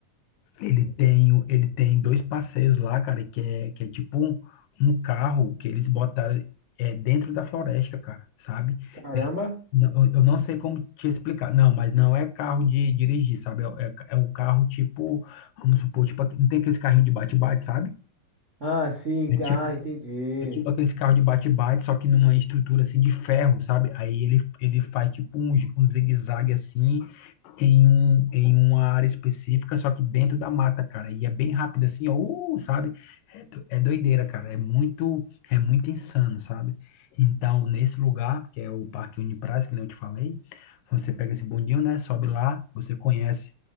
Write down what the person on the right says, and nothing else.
Caramba.
Ah, sim. ent-
Ah, entendi.